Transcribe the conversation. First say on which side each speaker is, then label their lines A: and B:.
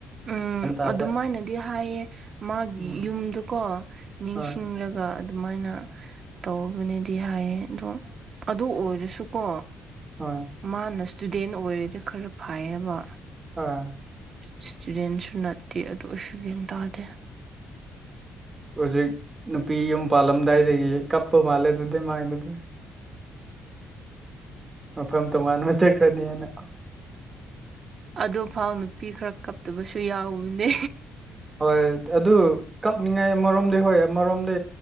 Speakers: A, on the right (about 50°); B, on the right (about 25°).
A: ꯎꯝ
B: ꯇꯥꯗꯦ
A: ꯑꯗꯨꯃꯥꯏꯅꯗꯤ ꯍꯥꯏꯌꯦ ꯃꯥꯒꯤ
B: ꯎꯝ
A: ꯌꯨꯝꯗꯨꯀꯣ ꯅꯤꯡꯁꯤꯡꯂꯒꯥ
B: ꯍꯣꯏ
A: ꯑꯗꯨꯃꯥꯏꯅ ꯇꯧꯕꯅꯦꯗꯤ ꯍꯥꯏꯌꯦ ꯑꯗꯣ ꯑꯗꯨ ꯑꯣꯏꯔꯥꯁꯨꯀꯣ
B: ꯍꯣꯏ
A: ꯃꯥꯅ ꯏꯁꯇꯨꯗꯦꯟ ꯑꯣꯏꯔꯦꯗꯤ ꯈꯔꯥ ꯐꯩꯌꯦꯕ
B: ꯑꯥ
A: ꯏꯁꯇꯨꯗꯦꯟꯁꯨ ꯅꯠꯇꯦ ꯑꯗꯨ ꯑꯣꯏꯁꯨ ꯒ꯭ꯌꯥꯟ ꯇꯥꯗꯦ
B: ꯍꯧꯖꯤꯛ ꯅꯨꯄꯤ ꯌꯨꯝ ꯄꯥꯜꯂꯝꯗꯥꯏꯗꯒꯤ ꯀꯞꯄꯥ ꯃꯥꯜꯂꯦ ꯑꯗꯨꯗꯤ ꯃꯥꯏꯗꯨꯗꯤ ꯃꯐꯝ ꯇꯣꯉꯥꯟꯅ ꯆꯠꯈ꯭ꯔꯅꯤ ꯍꯥꯏꯅ
A: ꯑꯗꯨꯐꯥꯎ ꯅꯨꯄꯤ ꯈꯔ ꯀꯞꯇꯥꯕꯁꯨ ꯌꯥꯎꯕꯅꯦ
B: ꯍꯣꯏ ꯑꯗꯨ ꯀꯞꯅꯤꯡꯉꯥꯏ ꯑꯃꯔꯣꯝꯗꯤ ꯍꯣꯏ ꯑꯃꯔꯣꯝꯗꯤ